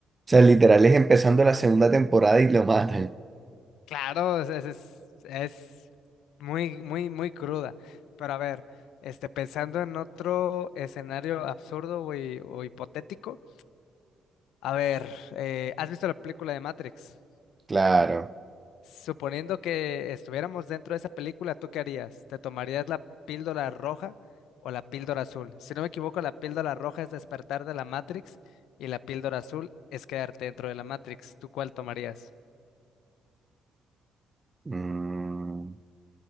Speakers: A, on the right (about 20°); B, on the left (about 85°).
A: O sea, literal es empezando la segunda temporada y lo <laughs> matan.
B: Claro, es, es, es- es muy, muy, muy cruda. Pero a ver, este, pensando en otro escenario absurdo o, hi- o hipotético, a ver, eh, ¿has visto la película de Matrix?
A: Claro.
B: Suponiendo que estuviéramos dentro de esa película, ¿tú qué harías? ¿Te tomarías la píldora roja o la píldora azul? Si no me equivoco, la píldora roja es despertar de la Matrix y la píldora azul es quedarte dentro de la Matrix. ¿Tú cuál tomarías?
A: Mm,